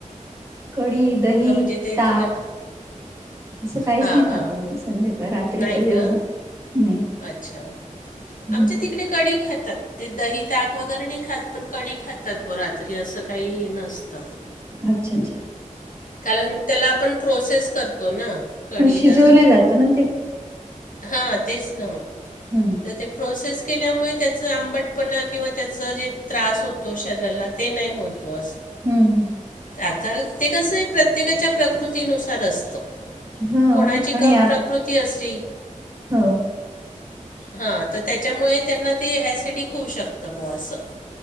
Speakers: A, on the right (about 20°); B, on the left (about 80°).
A: कढी दही
B: म्हणजे ते
A: ताक
B: थोडं
A: असं, काहीच
B: हां
A: नाही
B: हां
A: खात आम्ही. संध्याकाळ रात्रीच्या
B: नाही
A: जेवणात
B: का
A: नाही.
B: अच्छा,
A: हम्म
B: आमच्या तिकडे. कडी खातात ते दही ताक वगैरे नाही खात पण, कडी खातात ब रात्री असं काही हे नसतं.
A: अच्छा अच्छा.
B: कारण त्याला आपण प्रोसेस करतो ना. कढीला
A: मग शिजवल्या जातं ना ते.
B: हा तेच नं.
A: हम्...
B: ते प्रोसेस केल्यामुळे त्याचं आंबटपणा किंवा, त्याच जे त्रास होतो शरीराला. ते नाही होत बस.
A: हम्म हम्..
B: आता ते कसं ये, प्रत्येकाच्या प्रकृतीनुसार असतं.
A: हा
B: कोणाची
A: आणि
B: कफ
A: आप
B: प्रकृती असली.
A: हो.
B: हा तर त्याच्यामुळे त्यांना ते, अॅसेडिक होऊ शकतं बुवा असं.